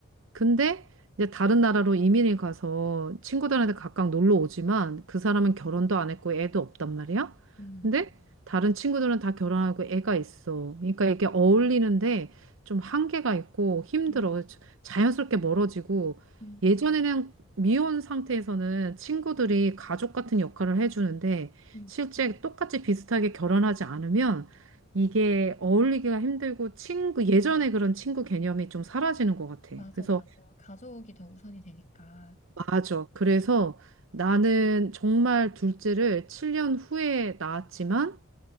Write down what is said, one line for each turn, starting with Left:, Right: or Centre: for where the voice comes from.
Right: 근데 이제 다른 나라로 이민을 가서 친구들한테 각각 놀러 오지만 그 사람은 결혼도 안 했고 애도 없단 말이야.
Left: 음,
Right: 근데 다른 친구들은 다 결혼하고 애가 있어. 그러니까 이게 어울리는데 좀 한계가 있고 힘들어.
Left: 음.
Right: 자연스럽게 멀어지고
Left: 음,
Right: 예전에는 미혼 상태에서는 친구들이 가족 같은 역할을 해주는데
Left: 음.
Right: 실제 똑같이 비슷하게 결혼하지 않으면 이게 어울리기가 힘들고 친구, 예전에 그런 친구 개념이 좀 사라지는 것 같아.
Left: 맞아,
Right: 그래서
Left: 맞아. 가족이 더 우선이 되니까.
Right: 맞아. 그래서 나는 정말 둘째를 7년 후에 낳았지만